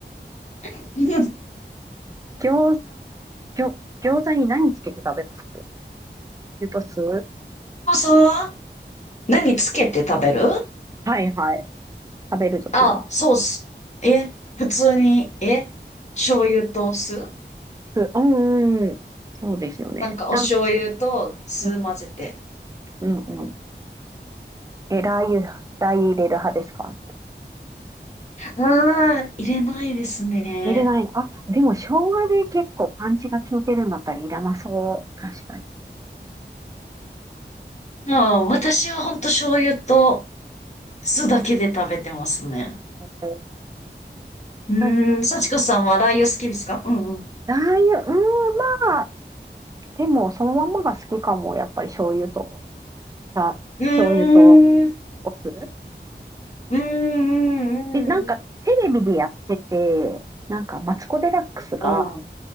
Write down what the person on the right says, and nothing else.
餃、餃、餃子に何つけて食べますレタス
はいはい。食べるときに。
す、うんうん。そうですよね。
なん、うんうんうん。え、ラー油、ラー油入れる派ですか
入れない。あ、でも生姜で結構パンチが効いてるんだったらいらなそう。確かに。
えー
なんか、
ラー油、うーん、までも、そのまんまが好きかも。やっぱり醤油と、あ、
醤油とお酢。
で、なんかテレビでやってて、
なんかマツコ・デラックスが、